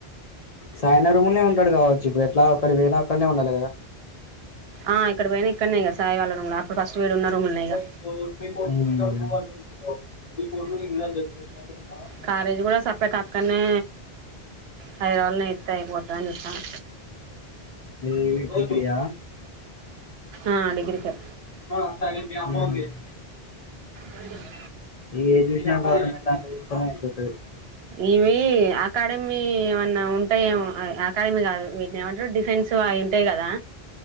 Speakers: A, on the left; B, on the right.
A: సాయి అన్న రూమ్ లోనే ఉంటాడు కావచ్చు ఇప్పుడు అట్లా అక్కడ పోయినా అక్కడనే ఉండాలి కదా
B: ఆ ఇక్కడ ఇక్కడనే కదా సాయి వాళ్ళ రూమ్ లో అప్పుడు ఫస్ట్ ఇక్కడ ఉన్న రూమ్ లోనే గా
A: మ్
B: కాలేజీ కూడ సపరేట్ గా అక్కడనే హైదరాబాద్ లోనే ఎస్తే అయిపోతాని చూస్తాను
A: ఏవి డిగ్రీ ఆ
B: ఆ డిగ్రీకే
A: మ్ హు
B: రైట్ వన్
A: ఏది చూసినా గవర్నమెంట్ దాంట్లో చేస్తేనే అయిపోతది
B: ఇవి అకాడమీ ఏమన్నా ఉంటాయేమో ఆయ్ ఆ కాడమీ కాదు వీటిని ఏమంటారు డిఫెన్స్ అవి ఉంటాయి కదా